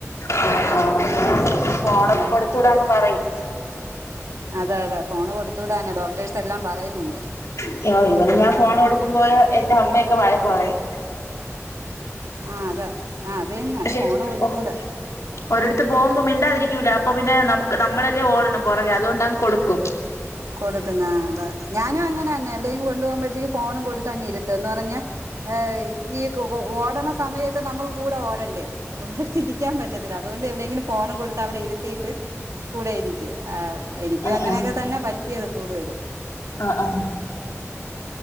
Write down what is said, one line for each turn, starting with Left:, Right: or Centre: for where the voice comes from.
Left: ആ ഫോണൊക്കെ
Right: ഉം
Left: കൊടുത്തൂടാന്ന് പറയും
Right: അതെ അതെ ഫോൺ കൊടുത്തുടാന്ന് ഡോക്ടേഴ്സ് എല്ലാം പറയുന്നുണ്ട്
Left: <unintelligible> ഇവന് ഞാൻ ഫോണോടുക്കുമ്പോ എന്റെ അമ്മയൊക്കെ വഴക്ക് പറയും.
Right: ആഹ് അതെ. ആ അത് തന്നെ
Left: പക്ഷേ
Right: ഫോണ് കൊടുത്തൂടാ
Left: ഓ ഒരടത്ത് പോമ്പോ മിണ്ടാതിരിക്കൂല അപ്പോ പിന്നെ നമക്ക് നമ്മളെ ല്ല് ഓടണം പൊറകെ അതുകൊണ്ടങ്ങ് കൊടുക്കും.
Right: കൊടുക്കുന്ന ആഹ് അതെ. ഞാനും അങ്ങനെ തന്നെ എവിടെങ്കും കൊണ്ടു പോകുമ്പഴത്തേക്ക് ഫോണും കൊടുത്ത് അങ്ങ് ഇരുത്തും, എന്ന് പറഞ്ഞ ഏഹ് ഈ കൊ കൊ <unintelligible> ഓടണ സമയത്ത് നമ്മക്ക് കൂടെ ഓടണ്ടേ, ഒ ഒരിടത്ത് ഇരിക്കാൻ പറ്റത്തില്ല, അതുകൊണ്ട് എവിടെയെങ്കിലും ഫോണും കൊടുത്ത് അവിടെ ഇരുത്തിട്ട് കൂടെ ഇരിക്കും, ആഹ് എനിക്കും
Left: ആഹ്
Right: അങ്ങനൊക്കെ
Left: ആഹ്
Right: തന്നെ പറ്റ് <unintelligible> കൂടുതലും.
Left: ആഹ് ആഹ്